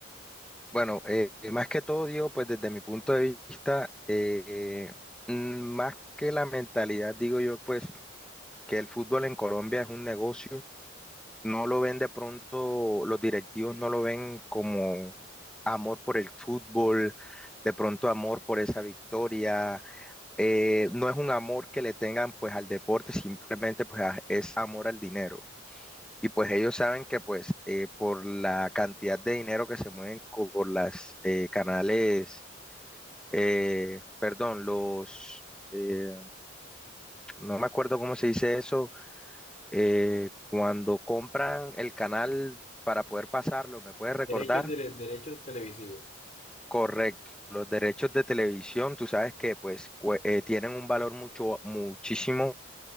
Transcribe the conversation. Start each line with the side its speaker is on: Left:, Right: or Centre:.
Centre: Bueno, eh, más que todo, Diego, pues desde mi punto de vista, eh, mm, más que la mentalidad, digo yo, pues que el fútbol en Colombia es un negocio no lo ven de pronto, los directivos no lo ven como amor por el fútbol, de pronto amor por esa victoria. eh, no es un amor que le tengan pues al deporte, simplemente pues a- es amor al dinero. Y pues ellos saben que pues eh, por la cantidad de dinero que se mueven co- por las eh, canales, eh, perdón, los, eh, no me acuerdo cómo se dice eso eh, cuando compran el canal para poder pasarlo, ¿me puedes recordar?
Left: Derechos, de- derechos televisivos.
Centre: Correcto. Los derechos de televisión, tú sabes que pues cue- eh, tienen un valor mucho, muchísimo